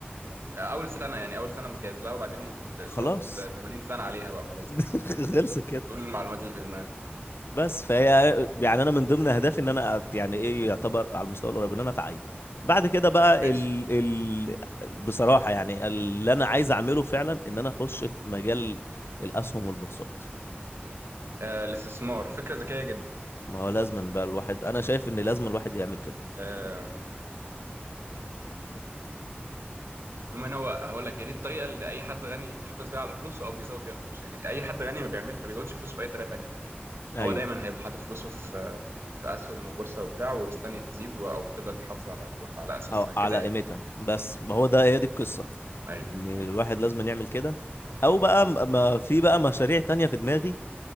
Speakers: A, on the right; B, on the left.
A: اول سنه يعني اول سنه متجهز لها وبعدين بتقعد
B: خلاص
A: 80 سنه عليها بقى خلاص
B: <laughs>
A: كده
B: خلص كده
A: بتقول المعلومات اللي في دماغك
B: بس فهي يعني انا من ضمن اهدافي ان انا أت- يعني ايه يعتبر على المستوى القريب ان انا اتعين بعد كده بقى
A: ماشي
B: ال... ال... بصراحة يعني اللي انا عايز اعمله فعلا ان انا اخش في مجال الاسهم والبورصات
A: آه الاستثمار فكره ذكيه جدا
B: ما هو لازم بقى الواحد انا شايف ان لازم الواحد يعمل كده
A: آه عموما هو هقول لك هي دي الطريقه اللي اي حد غني بيحافظ بيها على فلوسه او بيزود بيها فلوسه يعني اي حد غني ما بيعمل ما بيزودش فلوسه باي طريقه تانيه تقريبا
B: ايوه
A: هو دايما هيبقى حاطط فلوسه في في اسهم وبورصه وبتاع ومستني تزيد و- او تفضل تحافظ على فلو... على اساسها
B: او
A: كده
B: على
A: يعني
B: قيمتها بس ما هو ده هي دي القصة
A: ايوه
B: ان الواحد لازم يعمل كده او بقى م- ما في بقى مشاريع تانية في دماغي